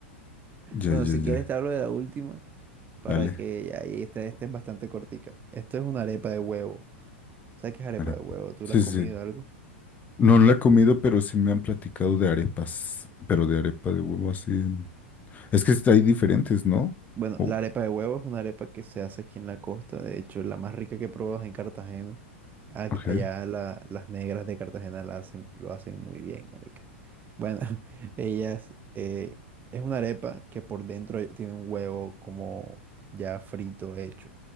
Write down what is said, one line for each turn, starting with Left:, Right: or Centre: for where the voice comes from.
Left: Ya,
Right: Bueno,
Left: ya,
Right: si
Left: ya.
Right: quieres te hablo de la última, para
Left: Dale.
Right: que ahí esta, esta es bastante cortica. Esto es una arepa de huevo. ¿Sabes qué es arepa
Left: arepa.
Right: de huevo? ¿Tú
Left: Sí,
Right: la has comido
Left: sí. sí.
Right: algo?
Left: No la he comido, pero sí me han platicado de arepas. Pero de arepa de huevo así. en- Es que está- hay diferentes, ¿no?
Right: Bueno,
Left: Oh,
Right: la arepa de huevo es una arepa que se hace aquí en la costa. De hecho, la más rica que he probado es en Cartagena. Aquí-
Left: ok.
Right: allá la- las negras de Cartagena la hacen, lo hacen muy bien, marica. Bueno, <laughs> ellas eh, es una arepa que por dentro hay- tiene un huevo como ya frito hecho.